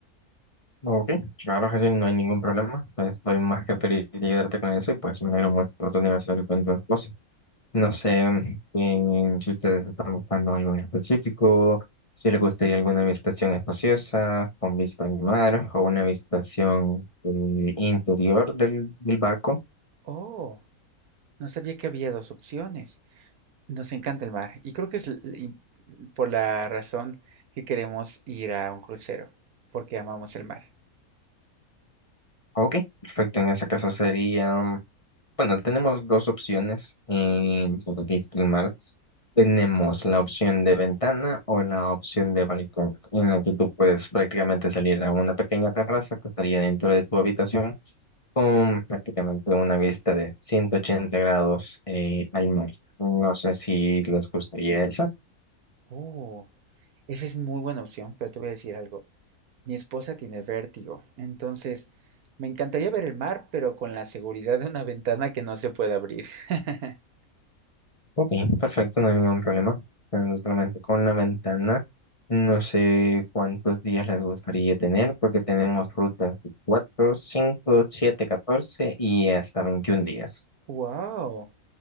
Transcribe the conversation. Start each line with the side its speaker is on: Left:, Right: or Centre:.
Left: Ok, claro, Jaciel, no hay ningún problema. Pues, Estoy más que feliz de ayudarte con eso y pues me alegro mucho por tu aniversario con tu esposa. No sé eh, si ustedes están buscando algo en específico, si les gustaría alguna habitación espaciosa, con vista al mar o una habitación eh, interior del, del barco.
Right: Oh, no sabía que había dos opciones. Nos encanta el mar y creo que es l- y por la razón que queremos ir a un crucero, porque amamos el mar.
Left: Ok, perfecto. En ese caso sería Bueno, tenemos dos opciones eh, para streamar. Tenemos la opción de ventana o la opción de balcón, en la que tú puedes prácticamente salir a una pequeña terraza que estaría dentro de tu habitación con prácticamente una vista de 180 grados eh, al mar. No sé si les gustaría esa.
Right: Oh, esa es muy buena opción, pero te voy a decir algo. Mi esposa tiene vértigo, entonces me encantaría ver el mar, pero con la seguridad de una ventana que no se puede abrir. <laughs>
Left: Ok, perfecto, no hay ningún problema. Pero Solamente con la ventana, no sé cuántos días les gustaría tener, porque tenemos rutas de 4, 5, 7, 14 y hasta 21 días.
Right: Wow.